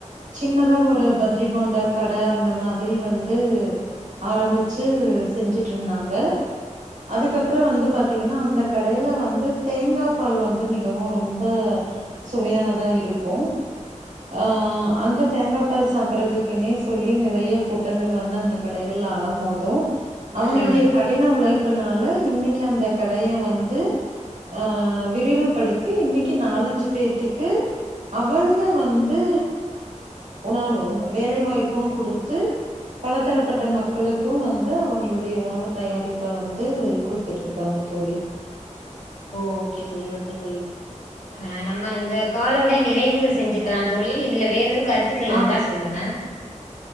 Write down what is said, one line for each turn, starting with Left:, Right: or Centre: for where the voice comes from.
Right: சின்னதா ஒரு பஜ்ஜி போண்டா கட அந்த மாதிரி வந் து ஆரம்பிச்சு செஞ்சுட்டு இருந்தாங்க அதுக்கப்புற வந்து பா பாத்தீங்கன்னா அந்த கடையில வந்து தேங்காப்பால் வந்து மிகவு ரொம்ப சுவையானதா இருக்கு ஆ அந்த தேங்காப்பால் சாப்படறதுக்குன்னே சொல்லி நிறைய கூட்டங்கள் வந்து அந்த கடைகள்ல அல அலமோது அவங்களுடைய
Left: ம்
Right: கடின உழைப்புனால இன்னைக்கு அந்த கடய வந்து அ விரிவுபடுத்தி இன்னைக்கி நாலஞ்சு பேத்துக்கு அவங்க வந்து உணவு வேலைவாய்ப்பும் குடுத்து பல தரப்பட்ட மக்களுக்கும் வந்து அவங்களுடைய உணவு தயாரிப்ப வந்து குடுத்துட்டு இருக்காங்க தோழி
Left: ஓ ஓகே தோழி ஓகே தோழி அ நம்ம இந்த காலோட நிறைவு செஞ்சிக்கலா தோழி இதுல வேறெது கருத்துக்கள்
Right: ஆ
Left: இருந்தா சொல்லுங்க